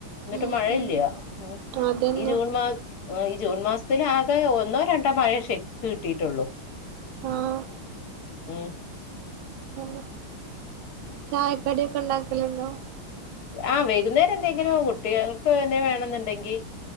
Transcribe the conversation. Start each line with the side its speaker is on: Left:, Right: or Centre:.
Left: ന്നട്ട്
Right: ഉം
Left: മഴ
Right: ഉം
Left: ഇല്ല്യ ഉം
Right: അതന്നെ
Left: ഈ ജൂൺ മാ അഹ് ഈ ജൂൺ മാസസ്ത്തിലാകെ ഒന്നോ രണ്ടോ മഴയേ ശെരിക്ക് കിട്ടിയിട്ടുള്ളൂ
Right: ആഹ്
Left: ഉം
Right: ഉം ചായക്കടിക്കെ ണ്ടാക്കല്ണ്ടോ?
Left: ആഹ് വൈകുന്നേരം എന്തെങ്കിലും കുട്ടികൾക്ക് എന്തേലും വേണന്ന്ണ്ടെങ്കി